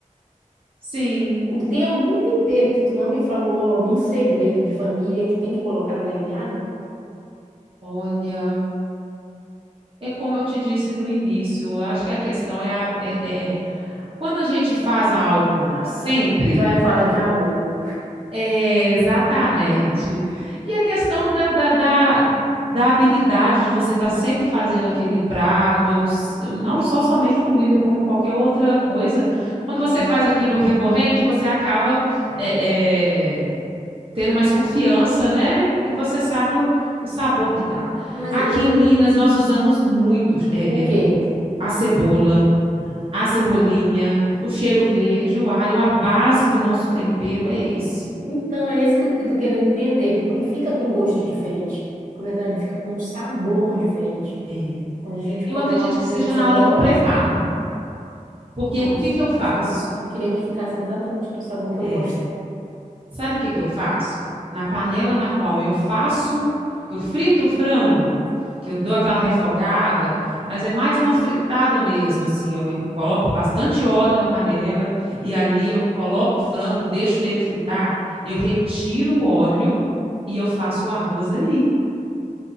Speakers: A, on the right; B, on the right.
A: sim.
B: O- Tem algum tempero que tu não me falou, algum segredo de família que tem que colocar na galinhada?
A: Olha, é como eu te disse no início, eu acho que a questão é, a- é, é quando a gente faz algo
B: Ai,
A: sempre.
B: tu vai falar de amor.
A: É, exatamente. E a questão da, da, da, da habilidade de você estar sempre fazendo aquele prato, s- não só somente comida, como qualquer outra coisa.
B: É,
A: Quando
B: hum.
A: você faz aquilo recorrente, você acaba é, é, tendo mais confiança, né? E você sabe o, o sabor que dá.
B: Mas
A: Aqui
B: eu não.
A: em Minas, nós usamos muito é,
B: O quê?
A: é, o- a cebola. A cebolinha, o cheiro verde, o alho, a base do nosso tempero é esse.
B: Então é isso que eu que eu tô querendo entender, porque fica com gosto diferente. Na verdade, fica com um sabor diferente.
A: É,
B: Quando a gente
A: Eu
B: come
A: acredito
B: é uma comida
A: que seja
B: saborosa.
A: na hora do preparo, porque
B: Nossa,
A: o que que
B: fiquei
A: eu faço?
B: com essa dúvida. Eu queria que ficasse exatamente do sabor que eu
A: é.
B: gosto.
A: Sabe o que que eu faço? Na panela na qual eu faço, que eu frito o frango, que eu dou aquela refogada, mas é mais uma fritada mesmo, assim, eu coloco bastante óleo na panela e ali eu coloco o frango, deixo ele fritar, eu retiro o óleo e eu faço o arroz ali.